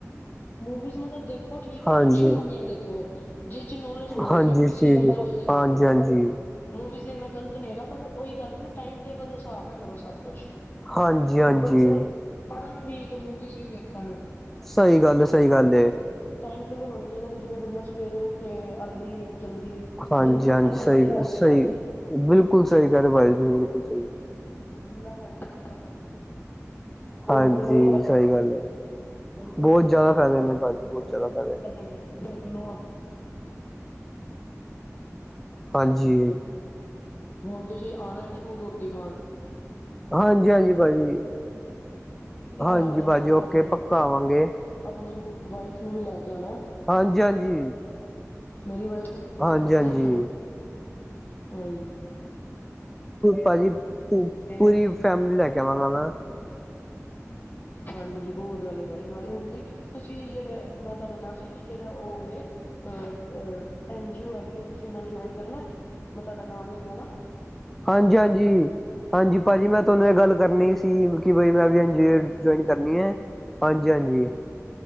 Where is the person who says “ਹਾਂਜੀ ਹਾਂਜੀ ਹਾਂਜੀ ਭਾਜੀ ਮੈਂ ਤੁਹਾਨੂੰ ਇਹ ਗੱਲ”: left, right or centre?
Centre